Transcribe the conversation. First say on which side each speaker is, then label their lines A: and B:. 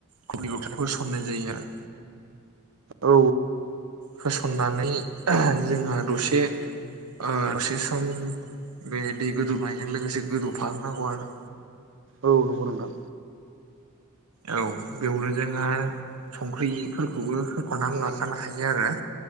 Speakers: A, on the right; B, on the right.
A: गुन्दैखौ होसननाय जायो आरो
B: औ
A: होसननानै जोङो दसे ओ दसे सम बे दै गोदौनायजों लोगोसे गोदौफाहोनांगौ आरो
B: औ नंगौ नोंथां
A: औ बेवनो जोङो संख्रिफोरखौबो होफानानै लाखानो हायो आरो